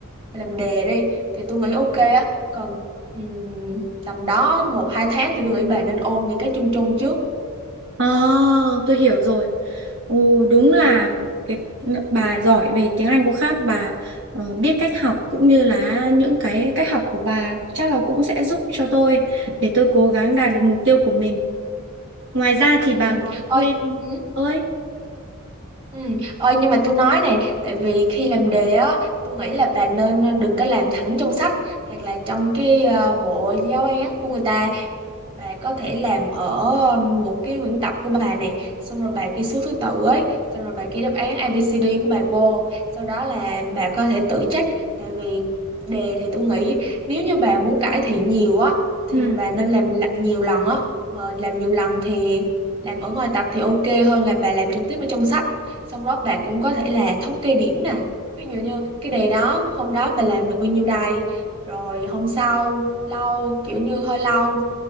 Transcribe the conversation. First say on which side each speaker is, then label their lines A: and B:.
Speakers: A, on the right; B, on the right.
A: bà làm đề đi thì tôi nghĩ ok á còn ừm, tầm đó một hai tháng thì tôi nghĩ bà nên ôn những cái chung chung trước
B: ờ tôi hiểu rồi. Ồ, đúng
A: ừ
B: là cái bà giỏi về tiếng Anh của khác bà ờ, biết cách học cũng như là những cái cách học của bà chắc là cũng sẽ giúp cho tôi để tôi cố gắng đạt được mục tiêu của mình. Ngoài ra thì
A: ừ
B: bà còn
A: ơi
B: thêm
A: ừ.
B: ơi
A: Ừ. Ôi, nhưng mà tôi nói nè tại vì khi làm đề á tôi nghĩ là bà nên ờ, đừng có làm thẳng trong sách hoặc là trong cái ờ, bộ giáo án của người ta bà có thể làm ở um, một cái quyển tập của bà nè xong rồi bà ghi số thứ tự ấy xong rồi bà ghi đáp án A ABCD của bà vô sau đó là bà có thể tự check tại vì đề thì tôi nghĩ nếu như bà muốn cải thiện nhiều á thì
B: ừ.
A: bà nên làm l- nhiều lần á mà làm nhiều lần thì làm ở ngoài tập thì ok hơn là bà làm trực tiếp ở trong sách xong đó bà cũng có thể là thống kê điểm nè ví dụ như cái đề đó hôm đó bà làm được bao nhiêu đài, rồi hôm sau lâu kiểu như hơi lâu